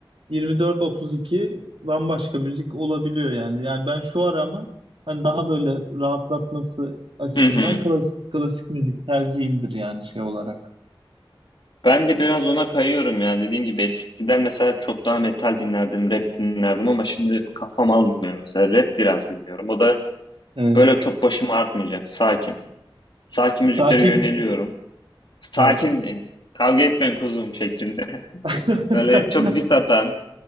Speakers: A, on the right; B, on the left.
A: 24-32 bambaşka müzik olabiliyor yani. Yani ben şu ara ama hani daha böyle rahatlatması açısından
B: Hı hı.
A: klasik, klasik müzik tercihimdir yani şey olarak.
B: Ben de biraz ona kayıyorum ya. Dediğim gibi eskiden mesela çok daha metal dinlerdim, rap dinlerdim ama şimdi kafam almıyor mesela. Rap biraz dinliyorum. O da
A: Evet.
B: böyle çok başımı artmayacak. Sakin. Sakin müziklere
A: Sakin.
B: yöneliyorum. Sakin,
A: Ha.
B: e, kavga etmeyin kuzum şeklinde.
A: <laughs>
B: Böyle çok diss atan,